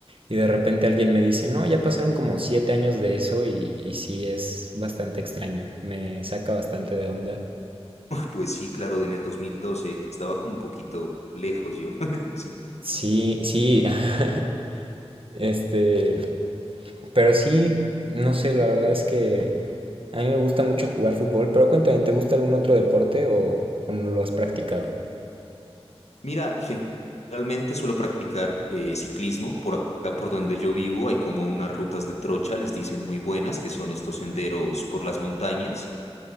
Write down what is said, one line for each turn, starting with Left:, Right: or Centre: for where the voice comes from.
Right: Y de repente alguien me dice, no, ya pasaron como siete años de eso y, y sí es bastante extraño. Me saca bastante de onda.
Left: Pues sí, claro, en el 2012 estaba como un poquito lejos yo. <laughs> Sí.
Right: Sí, sí. <laughs> Este, pero sí, no sé, la verdad es que a mí me gusta mucho jugar fútbol, pero cuéntame, ¿te gusta algún otro deporte o, o no lo has practicado?
Left: Mira, generalmente suelo practicar eh, ciclismo. Por acá, por donde yo vivo, hay como unas rutas de trocha, les dicen muy buenas, que son estos senderos por las montañas.